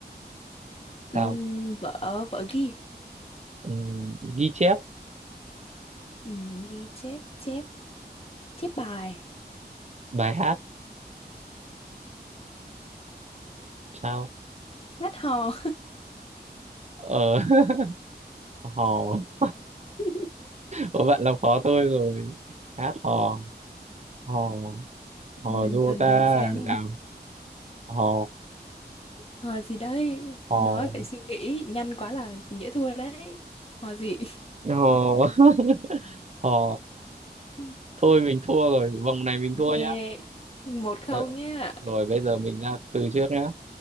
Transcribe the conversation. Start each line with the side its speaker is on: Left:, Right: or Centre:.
Left: Ừm,
Right: sao?
Left: vở, vở ghi.
Right: Ừ, ghi chép
Left: Ừm, ghi chép, chép, chép bài.
Right: bài hát sao?
Left: Hát hò.
Right: Ờ, <laughs> hò <laughs>
Left: <laughs>
Right: Ủa bạn làm khó tôi rồi hát hò hò hò
Left: Mình
Right: du
Left: cần
Right: ta
Left: thời gian.
Right: nào hò
Left: Hỏi gì đây
Right: hò
Left: Tôi nói phải suy nghĩ, nhanh quá là dễ thua đấy. Hỏi gì?
Right: hò <laughs> hò
Left: <laughs>
Right: thôi mình thua rồi vòng này mình thua
Left: Yeah,
Right: nhá
Left: một không
Right: Ờ,
Left: nhá.
Right: rồi bây giờ mình ra từ trước nhá